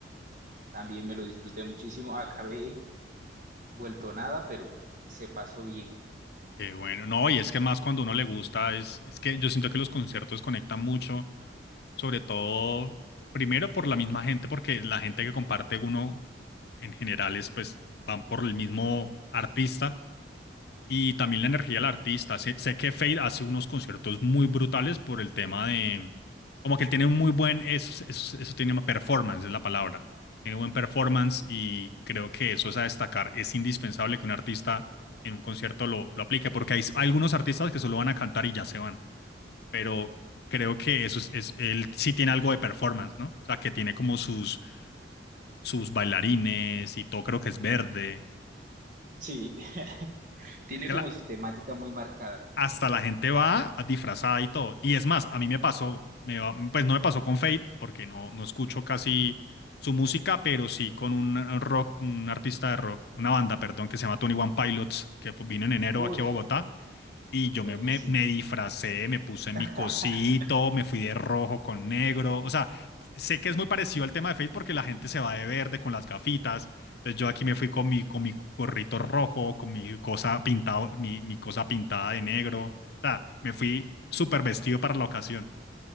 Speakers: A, on the right; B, on the left.
A: también me lo disfruté muchísimo, acabé vuelto nada, pero se pasó bien.
B: qué bueno. No, y es que más cuando uno le gusta, es, es que yo siento que los conciertos conectan mucho, sobre todo, primero por la misma gente, porque la gente que comparte uno en general es, pues, van por el mismo artista. Y también la energía del artista. Sé, sé que Fade hace unos conciertos muy brutales por el tema de... Como que él tiene un muy buen... Eso, eso, eso tiene una performance, es la palabra. Tiene buen performance y creo que eso es a destacar. Es indispensable que un artista en un concierto lo, lo aplique, porque hay algunos artistas que solo van a cantar y ya se van. Pero creo que eso es, es- él sí tiene algo de performance, ¿no? O sea, que tiene como sus, sus bailarines y todo creo que es verde.
A: Sí, <laughs> tiene
B: Es que
A: como
B: la,
A: su temática muy marcada.
B: hasta la gente va disfrazada y todo. Y es más, a mí me pasó, me va- pues no me pasó con Fate, porque no, no escucho casi su música, pero sí con un rock, un artista de rock, una banda, perdón, que se llama Tony One Pilots, que fu- vino en enero
A: Uf,
B: aquí a Bogotá. Y yo
A: buenísimo.
B: me, me, me disfracé, me puse mi
A: <laughs>
B: cosito, me fui de rojo con negro. O sea, sé que es muy parecido al tema de Face porque la gente se va de verde con las gafitas. Entonces yo aquí me fui con mi, con mi gorrito rojo, con mi cosa pintado, mi, mi cosa pintada de negro. O sea, me fui súper vestido para la ocasión